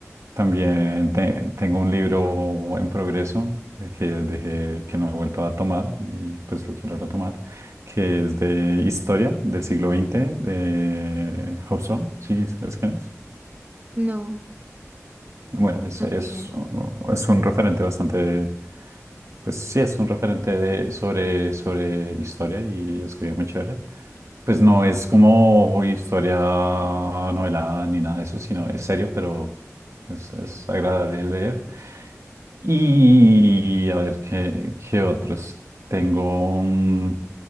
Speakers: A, on the right (about 65°); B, on the right (about 30°).
A: también te- tengo un libro en progreso eh, que dejé, que no he vuelto a tomar y pues lo quiero retomar, que es de historia del siglo XX de Hobsbawm. ¿Sí sabes quién es?
B: no,
A: Bueno, es,
B: no
A: es,
B: ni idea.
A: es un referente bastante pues sí, es un referente de, sobre, sobre historia y escribe muy chévere. Pues no es como historia novelada ni nada de eso, sino es serio, pero es, es agradable de leer. Y a ver qué, qué otros. Tengo, mm,